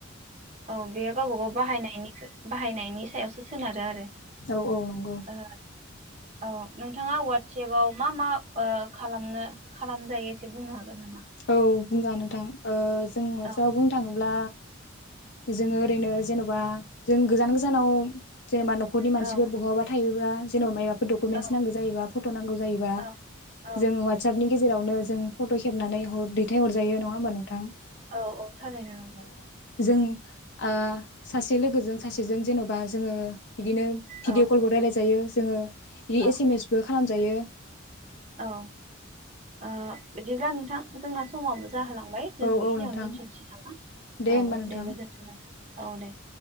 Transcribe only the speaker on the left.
औ औ नंगौ
औ बुंजागोन नोथां ओ जों वात्सापाव
बुंनो थाङोब्ला जोङो ओरैनो जेन'बा जों गोजान गोजानाव जेनेबा न'खरनि मानसिफोर
बहाबा थायो बा जेन'बा माइबाफ फोर दकुमेन्टस
नांगौ जायोबा फ'ट' नांगौ जायोबा
जों वात्सापनि गेजेरावनो जों फट' खेबनानै खौ दैथाय हरजायो नङा होमबा नोंथां?
जोंनि ओ सासे लोगोजों सासेजों जेन'बा जोङो बिदिनो
भिदिअ कलबो रायलाय जायो। जोङो इ
एसेमेच बो खा खालामजायो।
औ
औ नोंथां
होमबा नोंथां